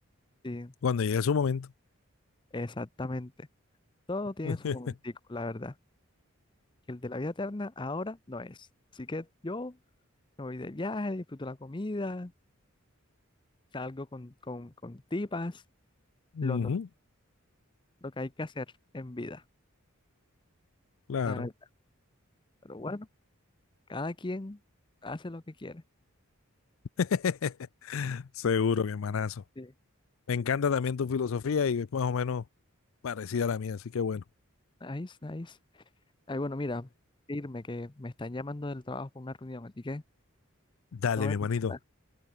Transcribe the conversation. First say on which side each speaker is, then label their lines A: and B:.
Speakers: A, on the left; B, on the left.
A: Sí,
B: Cuando llegue su momento.
A: exactamente. Todo tiene
B: <laughs>
A: su momentico, la verdad. Y el de la vida eterna ahora no es. Así que yo me voy de viaje, disfruto la comida, salgo con, con, con tipas,
B: Ujú,
A: lo, no- lo que hay que hacer en vida,
B: claro.
A: la verdad. Pero bueno, cada quien hace lo que quiere.
B: <laughs> Seguro, mi hermanazo.
A: Sí.
B: Me encanta también tu filosofía y es más o menos parecida a la mía, así que bueno.
A: Nice, nice. Ay, bueno, mira, irme que me están llamando del trabajo por una reunión, así que
B: Dale,
A: tengo
B: mi
A: que
B: hermanito.
A: contestar.